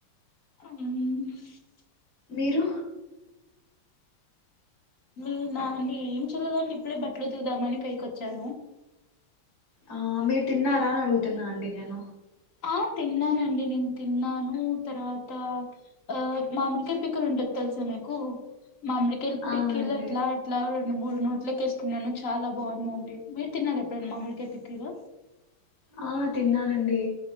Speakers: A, on the left (about 40°); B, on the left (about 75°).
A: ఉహ్
B: మీరు
A: నేనా అంటే ఏం చల్లేదు అండిప్పుడే బట్ అట్లు తిందామని పైకివచ్చను
B: ఆ మీరు తిన్నారా అని అడుగుతున్నా అండి నేను
A: ఆ తిన్నానండి. నేను తిన్నాను తర్వాత ఆ మామిడికాయ పికిల్ ఉంటది తెలుస మిక్ కు మడికాయల
B: అవునండి
A: పికిల్ ఎట్లా అట్లా నేను మూడు నోట్లక వేసుకున్నాను చాలా బాగుందండి. మీరు తిన్నారా ఎప్పుడైనా మామిడికాయ పైకులు?
B: ఆ తినను ఆన్ డి